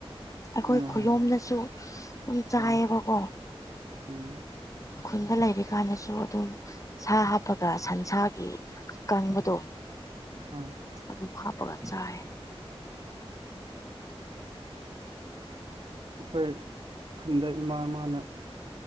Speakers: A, on the left; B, on the right.
A: ꯑꯩꯈꯣꯏ
B: ꯍꯣꯏ
A: ꯈꯨꯌꯣꯝꯗꯁꯨ
B: ꯍꯣꯏ
A: ꯑꯗꯨꯝ ꯆꯥꯏꯌꯦꯕꯀꯣ
B: ꯎꯝ ꯎꯝ
A: ꯈꯨꯟꯗ ꯂꯩꯔꯤꯀꯥꯟꯗꯁꯨ ꯑꯗꯨꯝ ꯁꯥ ꯍꯥꯞꯄꯒ ꯁꯟꯁꯥꯒꯤ ꯀꯪꯕꯗꯣ
B: ꯑꯝ
A: ꯑꯗꯨꯝ ꯍꯥꯞꯄꯒ ꯆꯥꯏ
B: ꯑꯩꯈꯣꯏ ꯈꯨꯟꯗ ꯏꯃꯥ ꯑꯃꯅ